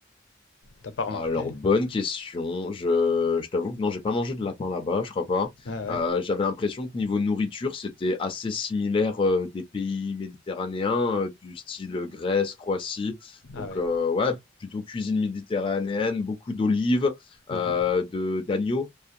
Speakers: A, on the left; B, on the left.
A: T'as pas remarqué?
B: Alors, bonne question. Je, je t'avoue que non, j'ai pas mangé de lapin là-bas, je crois pas.
A: Ah ouais?
B: Euh, j'avais l'impression que niveau nourriture, c'était assez similaire euh, des pays méditerranéens, euh, du style Grèce, Croatie.
A: Ah
B: Donc,
A: ouais.
B: euh, ouais, plutôt cuisine méditerranéenne, beaucoup d'olives,
A: Hein
B: euh,
A: hein.
B: de d'agneaux,